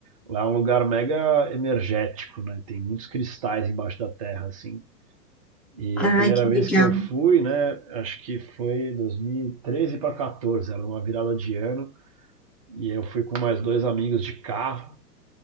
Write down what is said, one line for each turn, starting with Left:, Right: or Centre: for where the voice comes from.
Right: Lá é um lugar mega energético, né? Tem muitos cristais embaixo da terra, assim. E
Centre: Ai,
Right: a primeira
Centre: que
Right: vez
Centre: legal.
Right: que eu fui, né, acho que foi 2013 para 14, era uma virada de ano, e eu fui com mais dois amigos de carro,